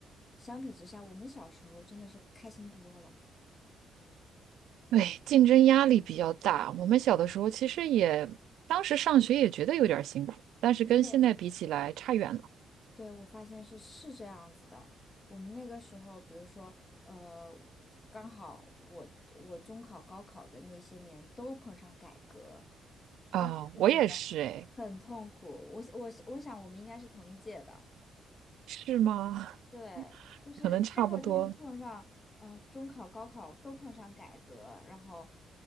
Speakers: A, on the left; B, on the right.
A: 相比之下，我们小时候真的是开心多了。
B: 对，竞争压力比较大。我们小的时候其实也，当时上学也觉得有点儿辛苦，但是跟现在比起来差远了
A: 对，对，我发现是是这样子的。我们那个时候，比如说，呃，刚好我我中考、高考的那些年都碰上改革，
B: 啊。
A: 但是觉得。
B: 我也是，哎，
A: 很痛苦。我我我想我们应该是同一届的，
B: 是吗？
A: 对，就是刚好就是碰上，
B: 可能差不多。
A: 呃，中考、高考都碰上改革，然后，